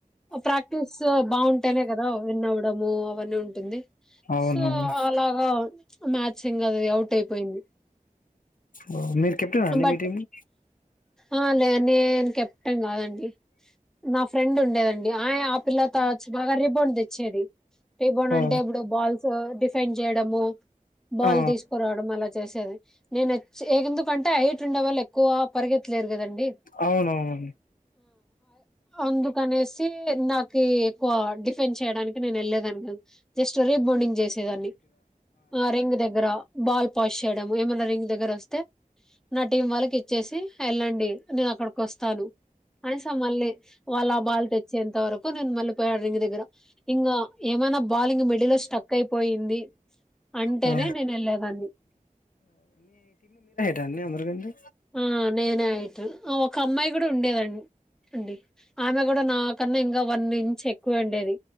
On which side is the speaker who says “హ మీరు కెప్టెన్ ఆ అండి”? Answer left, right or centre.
Left